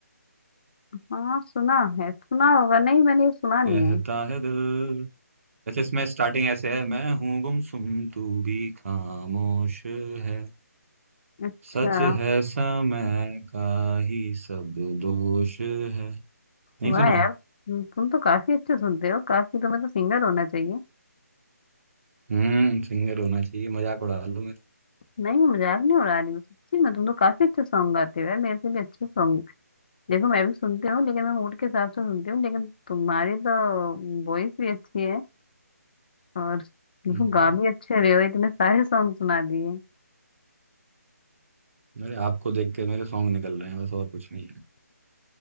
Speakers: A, on the left; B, on the right.
A: हाँ सुना है सुना होगा नहीं मैंने ये सुना नहीं
B: कहता
A: है
B: है दिल ऐसे इसमें स्टार्टिंग ऐसे है मैं हूँ गुमसुम तू भी खामोश है
A: अच्छा
B: सच है समय का ही सब दोष है नहीं
A: वाह
B: सुना
A: यार तुम तुम तो काफी अच्छे सुनते हो काफी तुम्हें तो सिंगर होना चाहिए
B: हम्म सिंगर होना चाहिए मजाक उड़ा लो मेरे
A: नहीं मैं मजाक नहीं उड़ा रही हूँ सच्ची में तुम तो काफी अच्छे सॉन्ग गाते हो यार मेरे से भी अच्छे सॉन्ग देखो मैं भी सुनती हूँ लेकिन मैं मूड के हिसाब से सुनती हूँ लेकिन तुम्हारी तो वॉइस भी अच्छी है और तुम
B: हम्म,
A: गा भी अच्छे रहे हो इतने सारे सॉन्ग सुना दिए
B: मेरे आपको देख के मेरे सॉन्ग निकल रहे हैं बस और कुछ नहीं